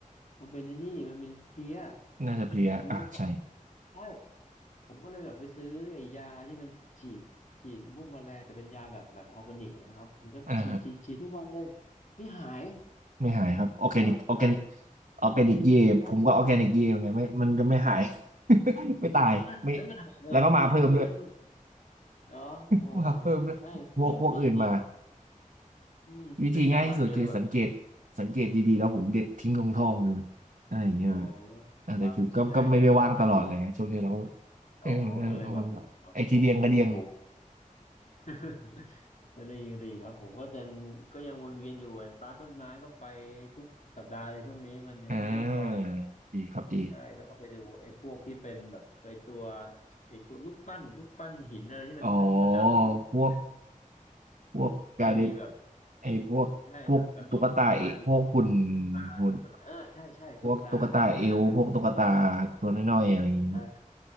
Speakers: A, on the left; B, on the right.
A: มันเป็นไอ้นี่มันเป็นเพลี้ย
B: น่าจะเพลียอ่ะใช่
A: เป็นเพลี้ยเขาใช่ ผมก็เลยแบบไปซื้อไอ้ยาที่มันฉีดฉีดพวกแมลงแต่เป็นยาแบบแบบออร์แกนิกอะนะครับมันก็ฉีดฉีดฉีดทุกวันเลย
B: อ่าฮะ
A: นี่หาย
B: ไม่หายครับออร์แกนิกออร์แกนิก
A: รอดตาย
B: ออร์แกนิกเยผมก็ออร์แกนิกเยเหมือนกันไม่มันก็ไม่หาย
A: ใช่
B: <laughs> ไม่ตายไม่
A: ผมว่าเอ้ยมันหายเลยมันฟื้นมัน
B: แล้วก็มาเพิ่มด้วย
A: เนาะโอ้โหมันใช่พวกนี้มันมีจริง
B: <laughs> ว่าเพิ่มด้วยพวกพวกอื่นมา
A: อืมที่ไปจังหวัดเจอแบบ
B: วิธีง่ายที่สุดคือสังเกตสังเกตดีๆแล้วผมเด็ดทิ้งลงท่อดูอะไรอย่างเงี้ย
A: อ๋อ
B: อ่าแต่คือก็ก็ไม่ได้ว่างตลอดเลยไงช่วงนี้เราก็
A: ครับใช่ใช่
B: เออมันมันไอทีเดียงกระเดียง
A: อ๋อก็เลยแบบอยู่แบบปลูกปลูก <laughs> ก็ดีก็ดีครับผมก็ยังก็ยังวนเวียนอยู่อะร้านต้นไม้ก็ไปทุกสัปดาห์เลยช่วงนี้มันยังไม่เรียบร้อย
B: อ่าดีครับดี
A: ใช่แล้วก็ไปดูไอ้พวกที่เป็นแบบไปตัวไอ้ตัวลูกปั้นลูกปั้นหินอะไรที่มันแบบประดับพวกที่เป็น
B: อ๋อพวกพวกการเดน
A: จะมีแบบ
B: ไอพวกพวกตุ๊กตาเอพวกหุ่น
A: ใช่แบบแบบโรโรมันตุ๊กตาตุ๊กตาเออใช่ใช่ตุ๊กตาตุ๊กตาแบบ
B: หุ่นพวกตุ๊กตาเอวพวกตุ๊กตาตัวน้อยๆอะไรอย่างเงี้ย
A: เออ